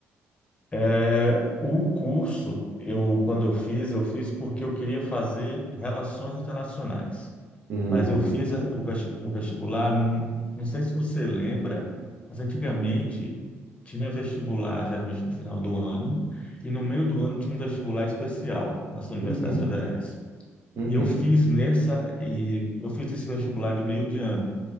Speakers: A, on the left; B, on the right.
A: É, o curso, eu, quando eu fiz, eu fiz porque eu queria fazer relações internacionais.
B: Uhum,
A: Mas eu fiz a- o vesti- o vestibular, num, não sei se você lembra, mas antigamente tinha vestibular geralmente no final do ano, e no meio do ano tinha um vestibular especial nas universidades
B: uhum,
A: federais.
B: uhum.
A: E eu fiz nessa, e eu fiz esse vestibular de meio de ano.